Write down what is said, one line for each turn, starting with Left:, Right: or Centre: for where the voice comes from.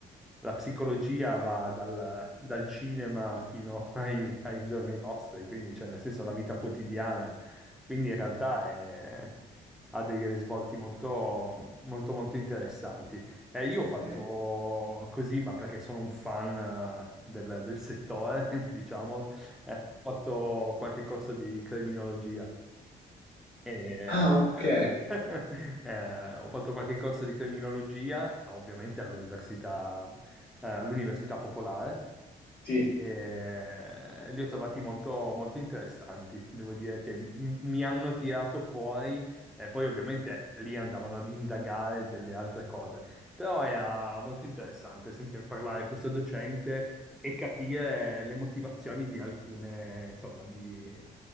Centre: la psicologia va dal, dal cinema fino <laughs> ai, ai giorni nostri, quindi cioè nel senso la vita quotidiana, quindi in realtà è- ha dei risvolti molto, molto, molto interessanti. Eh, io ho fatto
Left: Sì.
Centre: così, ma perché sono un fan eh, del, del settore, <laughs> diciamo, eh, ho fatto qualche corso di criminologia e
Left: Ah, ok.
Centre: <laughs> eh, ho fatto qualche corso di criminologia, ovviamente all'università eh, all'università popolare,
Left: Sì,
Centre: e li ho trovati molto, molto interessanti, devo dire che m- mi hanno tirato fuori e poi ovviamente lì andavano ad indagare delle altre cose, però era molto interessante sentire parlare questo docente e capire le motivazioni di alcune, insomma, di,